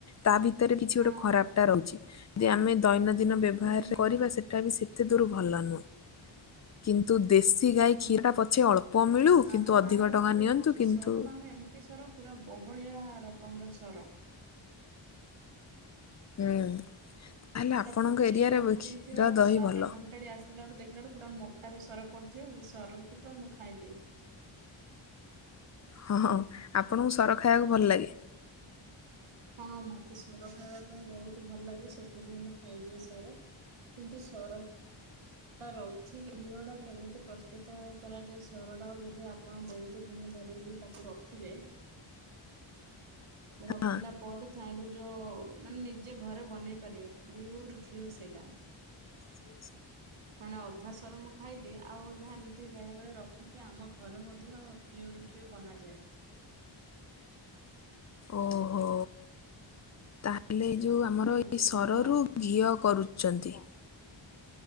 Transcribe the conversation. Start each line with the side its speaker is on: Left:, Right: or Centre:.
Left: ତା ଭିତରେ କିଛି
Right: ହଁ
Left: ଗୋଟେ ଖରାପ
Right: ହଁ
Left: ଟା ରହୁଛି ଯେ ଆମେ ଦୈନନ୍ଦିନ ବ୍ୟବହାର
Right: ହୁଁ ହୁଁ
Left: କରିବା ସେ ଏଇଟା ବି ସେତେ ଦୂର ଭଲ ନୁହେଁ। କିନ୍ତୁ ଦେଶୀ ଗାଈ
Right: ହୁଁ
Left: କ୍ଷୀରଟା
Right: ହୁଁ
Left: ପଛେ ଅଳ୍ପ ମିଳୁ
Right: ଆ
Left: କିନ୍ତୁ
Right: ଆମ
Left: ଅଧିକ
Right: ଗାଁ ର
Left: ଟଙ୍କା
Right: କ୍ଷୀର
Left: ନିଅନ୍ତୁ
Right: ଜାଣିଛୁ
Left: କିନ୍ତୁ
Right: ସର ମାନେ ଏ ସର ପୁରା ବହଳିଆ ରକମର ସର।
Left: ହୁଁ।
Right: କ୍ଷୀର
Left: ତାହେଲେ ଆପଣଙ୍କ
Right: ଟା ଫୁଟେଇକି
Left: ଏରିଆରେ
Right: ରଖିଦେଇଥିବ
Left: ବ- କ୍ଷୀର ଦହି
Right: ତାପରେ
Left: ଭଲ
Right: ଘଣ୍ଟାଟି ଆସ ଦେଖିଲାଟୁ ମୋଟାରେ ସର ପଡିଥିବ ସେ ସର କୁ ତ ମୁଁ ଖାଇଦିଏ।
Left: ହଁ ହଁ ଆପଣଙ୍କୁ ସର ଖାଇବାକୁ ଭଲ ଲାଗେ।
Right: ହଁ ମତେ ସର ଖାଇବା ପାଇଁ ବହୁତ ଭଲ ଲାଗେ ସେଥିପାଇଁ ମୁଁ ଖାଇଦିଏ ସର। କିନ୍ତୁ ସର ସର ଟା ରହୁଛି ଘିଅ ଟା କେମିତି ପ୍ରସ୍ତୁତ କରାଯାଏ ସରଟାକୁ ଯଦି ଆ ଆପଣ ବହୁତ ଦିନ ଧରିିକି ତାକୁ ରଖିବେ। ରଖିଲା
Left: ହଁ
Right: ପରେ ତାଇଣ୍ଡୁ ଯୋଉ ମାନେ ନିଜେ ଘରେ ବନେଇ ପାରିବେ <unintelligible> ଘିଅ ସେଇଟା।
Left: ସେ
Right: ମାନେ ଅଧା ସର ମୁଁ ଖାଇଦିଏ ଆଉ ଅଧା ଏମିତି ବେଳେ ବେଳେ ରଖ ଖି କି ଆମ ଘରେ ମଧ୍ୟ ପିଓର ଘିଅ ବନାଯାଏ।
Left: ଓହୋ ତାହେଲେ ଏ ଯୋଉ ଆମର
Right: ଏମିତି
Left: ଏଇ ସରରୁ।
Right: ସବୁ ଆଉ
Left: ଘିଅ କରୁଛନ୍ତି।